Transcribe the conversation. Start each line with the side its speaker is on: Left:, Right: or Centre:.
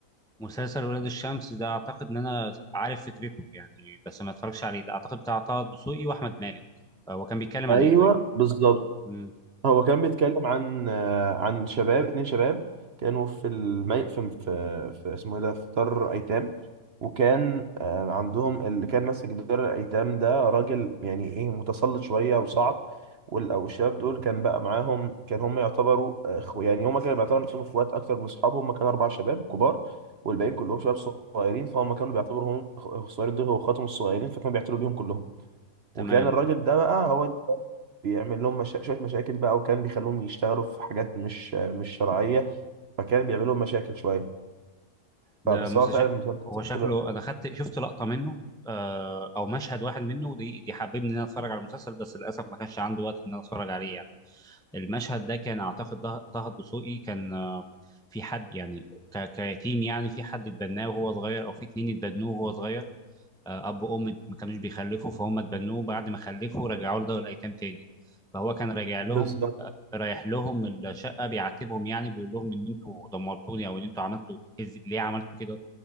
Centre: مسلسل ولاد الشمس ده اعتقد ان انا عارف فكرته يعني بس ما اتفرجش عليه ده اعتقد بتاع طه الدسوقي واحمد مالك آه هو كان بيتكلم عن
Right: ايوه
Centre: ايه طيب
Right: بالظبط
Centre: مم.
Right: هو كان بيتكلم عن آه، عن شباب اتنين شباب كانوا في المي في في, في اسمه ايه ده في دار ايتام وكان آه، عندهم اللي كان ماسك دار الايتام ده راجل يعني ايه متسلط شويه وصعب وال- او الشباب دول كان بقى معاهم كان هم يعتبروا اخو يعني هم كانوا بيعتبروا نفسهم اخوات اكتر من اصحاب هم كانوا اربع شباب كبار والباقيين كلهم شباب صغيرين فهم كانوا بيعتبروا هم الصغيرين دول هو اخواتهم الصغيرين فكانوا بيعتبروا بيهم كلهم وكان
Centre: تمام
Right: الراجل ده بقى هو بيعمل لهم مشا... شوية مشاكل بقى وكان بيخلوهم يشتغلوا في حاجات مش مش شرعية فكان بيعمل لهم مشاكل شوية
Centre: ده
Right: فبس
Centre: مسلسل
Right: هو فعلا مسلسل
Centre: هو شكله
Right: حلو أوي.
Centre: انا خدت شفت لقطه منه آه او مشهد واحد منه دي دي حببني ان انا اتفرج على المسلسل بس للاسف ما كانش عندي وقت ان انا اتفرج عليه يعني المشهد ده كان اعتقد ده- طه الدسوقي كان آه، في حد يعني ك- كيتيم يعني في حد اتبناه وهو صغير او في اتنين اتبنوه وهو صغير آه، اب وام ما كانوش بيخلفوا فهم اتبنوه بعد ما خلفوا رجعوا له دار الايتام تاني فهو كان راجع لهم
Right: بالظبط
Centre: آه، رايح لهم الشقه بيعاتبهم يعني بيقول لهم ان انتوا دمرتوني او ان انتوا عملتوا إز... ليه عملتوا كده